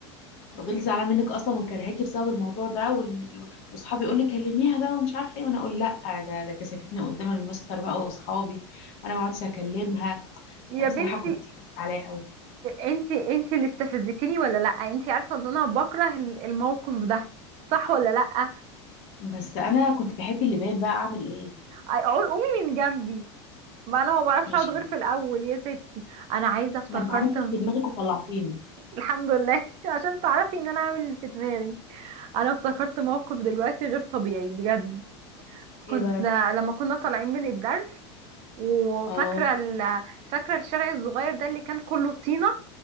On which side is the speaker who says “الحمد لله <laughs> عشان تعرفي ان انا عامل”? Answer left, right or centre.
Right